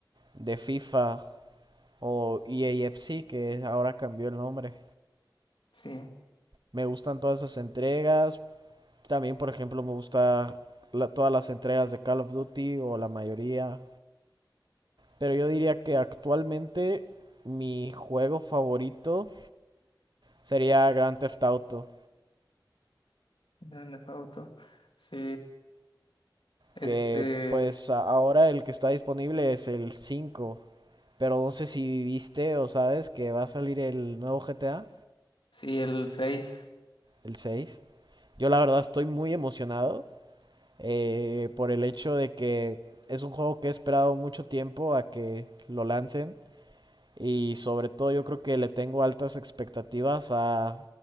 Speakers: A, on the right; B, on the left.
A: de FIFA o EAFC, que ahora cambió el nombre.
B: Sí,
A: Me gustan todas esas entregas. También, por ejemplo, me gusta la- todas las entregas de Call of Duty o la mayoría. Pero yo diría que actualmente mi juego favorito sería Grand Theft Auto,
B: Grand Theft Auto. Sí, este,
A: que pues a- ahora el que está disponible es el cinco Pero no sé si viste o sabes que va a salir el nuevo GTA,
B: sí, el 6.
A: el 6? Yo la verdad estoy muy emocionado eh, por el hecho de que es un juego que he esperado mucho tiempo a que lo lancen y sobre todo yo creo que le tengo altas expectativas a,